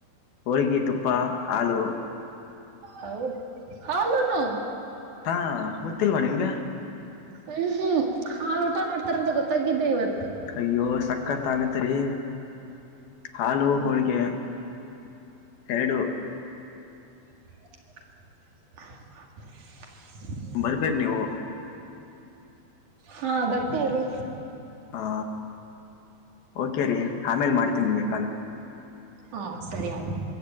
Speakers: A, on the left; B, on the right.
A: ಹೋಳಿಗಿ ತುಪ್ಪ ಹಾಲು.
B: ಹೌದ್ ಹಾಲುನು.
A: ಹಾ ಗೊತ್ತಿಲ್ವಾ ನಿಮ್ಗ.
B: ಹ್ಮ್ ಹ್ಮ್ ಹಾಲ್ ಊಟ ಮಾಡ್ತಾರ ಅಂತ ಗೊತ್ತಾಗಿದ್ದೆ ಇವತ್ತು.
A: ಅಯ್ಯೋ ಸಕ್ಕತ್ ಆಗುತ್ತೆ ರಿ ಹಾಲು
B: ಹೌದಾ
A: ಹೋಳ್ಗೆ. <inaudible>
B: <inaudible>
A: ಬರ್ಬೇಡ್ ನೀವು.
B: ಹಾ ಬರ್ತೇ ಇರು
A: ಹಾ ಓಕೆ ರೀ ಆಮೇಲೆ ಮಾಡ್ತೀನಿ ನಿಮಗೆ ಕಾಲು.
B: ಹಾ ಸರಿ ಅಯ್ತು